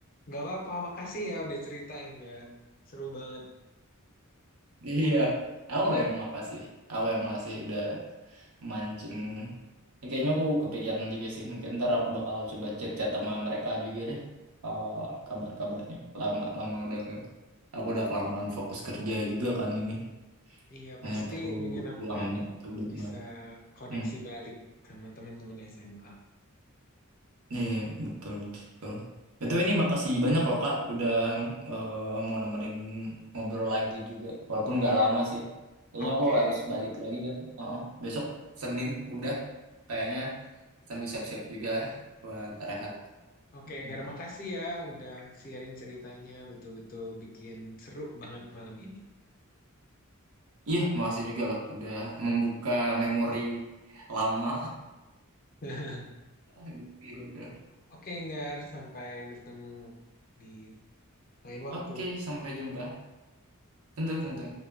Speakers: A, on the left; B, on the right.
A: Gak apa-apa, makasih ya udah cerita Enggar. Seru banget.
B: Iya, aku lah yang makasih. Aku yang makasih udah mancing. Ya, kayaknya aku kepikiran juga sih. Mungkin ntar aku bakal coba chat-chat sama mereka juga deh. Eh, kabar-kabarnya. Lama lama udah nggak. Aku udah kelamaan fokus kerja juga kan ini.
A: Iya,
B: Hanya
A: pasti
B: perlu
A: menyenangkan
B: luang waktu buat
A: bisa
B: mereka.
A: koneksi
B: Hmm.
A: balik sama teman-teman SMA.
B: Iya, iya, betul, betul. Betul ini makasih banyak loh Kak udah anu, eh, mau nemenin ngobrol lagi juga. Walaupun
A: Iya,
B: nggak lama sih. Kayaknya
A: oke.
B: aku harus balik lagi kan. Heeh. Besok Senin udah kayaknya sambil siap-siap juga lah buat rehat.
A: Oke, Enggak,
B: Mm-mm.
A: makasih ya udah sharing ceritanya. Betul-betul bikin seru banget malam ini.
B: Iya, makasih juga loh udah membuka memori lama.
A: <laughs>
B: <laughs> Gitu.
A: Oke, Enggar, sampai bertemu di lain waktu.
B: Oke, sampai jumpa. Tentu, tentu.